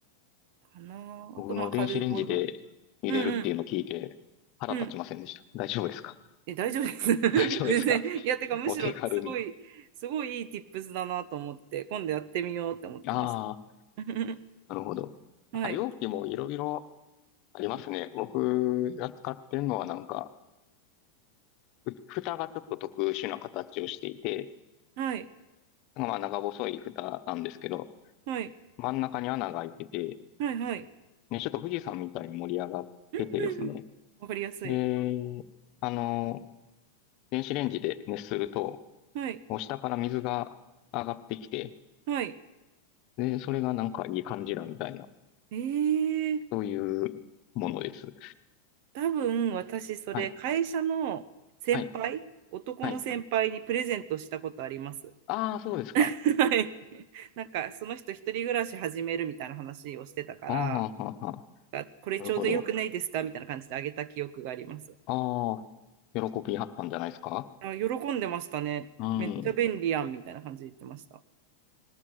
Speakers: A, on the right; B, on the left.
A: かなあ。
B: 僕の電子レンジで茹でるっていうのを聞いて腹立ちませんでした。
A: あと、まあ、カルボナーラ。うんうん。うん。
B: 大丈夫ですか
A: え、大丈夫です。
B: <laughs>
A: <laughs>
B: 大丈夫ですか
A: 全然。いや、てか、むしろ、
B: お手軽に。
A: すごい、すごいいい tips だなと思って、今度やってみようって思ってました。
B: ああ、
A: <laughs>
B: なるほど。
A: はい。
B: なんか容器もいろいろありますね。僕が使ってるのはなんか、ふ蓋がちょっと特殊な形をしていて、
A: はい。
B: まあ長細い蓋なんですけど、
A: はい。
B: 真ん中に穴が開いてて、
A: はい。はい。
B: ね、ちょっと富士山みたいに盛り上がっててですね。
A: うんわかりやすい。
B: で、あの、電子レンジで熱すると、
A: はい。
B: もう下から水が上がってきて、
A: はい。
B: で、それがなんかいい感じだみたいな、
A: えー、
B: そういうものです。
A: 多分、私、それ、
B: はい、
A: 会社の先輩、
B: はい、
A: 男の先輩にプレゼントしたことあります。
B: はい。ああ、そうですか。
A: <laughs> はい。なんか、その人、一人暮らし始めるみたいな話をしてたから、
B: ああ、はんはんはん
A: あこれちょうどよくないですかみたいな感じであげた記憶があります。
B: なるほど。ああ、喜びはったんじゃないですか
A: あ、喜んでましたね。
B: うん。
A: めっちゃ便利やんみたいな感じで言ってました。